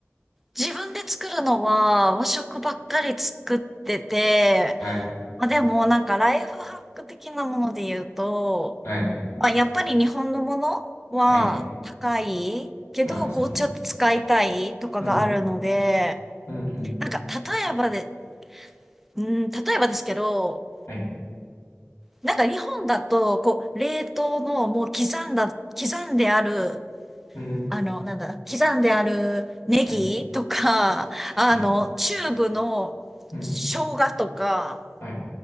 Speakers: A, in the centre; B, on the left (about 70°).
A: 自分で作るのは和食ばっかり作ってて、
B: はい、
A: まあ、でもなんかライフハック的なもので言うと、
B: はい、
A: まあ、やっぱり日本のものは高いけど、
B: はい、まあですね。
A: こうちょっと使いたいとかがあるので、
B: うん、うん、うん、
A: なんか例えばで、うん、例えばですけど、
B: はい、
A: なんか日本だと、こう、冷凍のもう刻んだ、刻んである、
B: うん、
A: あの、なんだ、刻んであるネギとか、
B: はい、
A: あの、
B: はい、
A: チューブの生姜とか、
B: うん、はい。